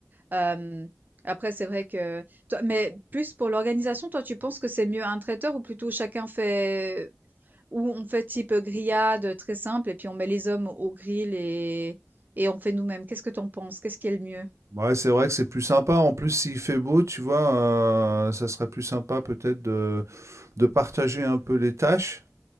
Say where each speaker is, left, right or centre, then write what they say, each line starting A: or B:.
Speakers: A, on the right (about 40°); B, on the right (about 75°).
A: Hem, après c'est vrai que toi mais plus pour l'organisation, toi tu penses que c'est mieux un traiteur ou plutôt chacun fait ou on fait type, grillade, très simple et puis on met les hommes au grill et et on fait nous-mêmes? Qu'est-ce que t'en penses? Qu'est-ce qui est le mieux?
B: Ouais, c'est vrai que c'est plus sympa. En plus, s'il fait beau, tu vois, heu, ça serait plus sympa peut-être de de partager un peu les tâches.